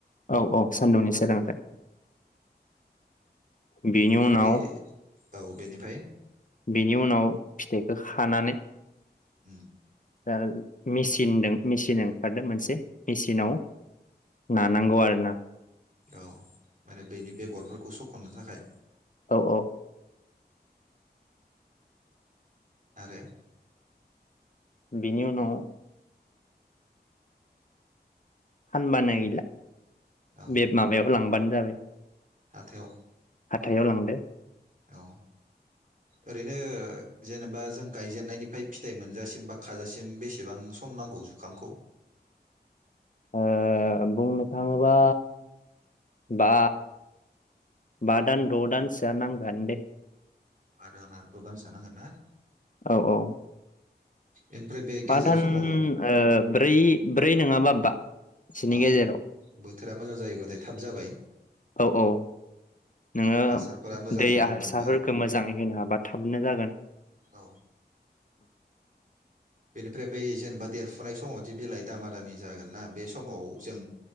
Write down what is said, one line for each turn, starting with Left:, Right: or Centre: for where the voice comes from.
Left: औ औ सान्दुंनि सोरांजों। बिनि
Right: बा
Left: उनाव
Right: बे औ बेनिफ्राय
Left: बिनि उनाव फिथाइखो खानानै
Right: उम।
Left: ओ मेचिनदों मेचिन ओंखारदों मोनसे मेचिनाव नानांगौ आरोना।
Right: औ माने बैनि बेगरफोरखौ सखननो थाखाय
Left: औ औ
Right: आरो
Left: बिनि उनाव हानबानाय गैला
Right: औ
Left: बे माबायाव लांबानो जाबाय। <inaudible>
Right: हाथायाव
Left: हाथायाव लांदो
Right: औ ओरैनो जेनेबा जों गायजेननायनिफ्राय फिथाइ मोनजासिम बा खाजासिम बेसेबां सम नांगौ जुखामखौ?
Left: ओ बुंनो थाङोबा बा बा दान द' दान सोआ नां गोनदे
Right: बा दान आरो द दानसो नांगोनना?
Left: औ औ
Right: ओमफ्राय बे
Left: बा
Right: गेजेर
Left: दान
Right: समाव
Left: ओ ब्रै ब्रै नोङाबा बा सिनि
Right: औ
Left: गेजेराव
Right: बोथोरा मोजां जायोबाथाय थाब जाबाय
Left: औ औ नोङो
Right: हासारफोरा मोजाङै
Left: दै
Right: नांदोंबा
Left: हासारफोरखौ मोजाङै होनो हाबा थाबनो जागोन।
Right: औ बेनिफ्राय बै जेनेबा देरफुनाय समावदि बिलाइ दामा दामि जागोन ना बे समाव जों